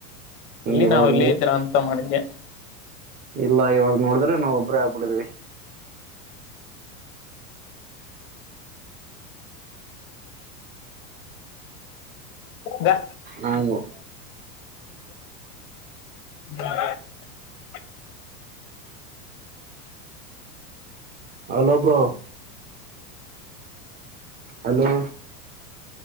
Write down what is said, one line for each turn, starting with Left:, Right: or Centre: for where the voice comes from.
Left: ಎಲ್ಲಿ
Right: ಇವಾಗ
Left: ನಾವ ಇಲ್ಲ
Right: ನೋ
Left: ಇದ್ರ ಅಂತ ಮಾಡಿದ್ದೆ
Right: ಇಲ್ಲ ಇವಾಗ ನೋಡಿದ್ರೆ ನಾವವು ಒಬ್ಬ್ರೇ ಆಗ್ಬಿಟ್ಟಿದಿವವಿ
Left: ದಾ
Right: ನಾವು
Left: <inaudible>
Right: ಹಲೋಬೋ ಅಲೋ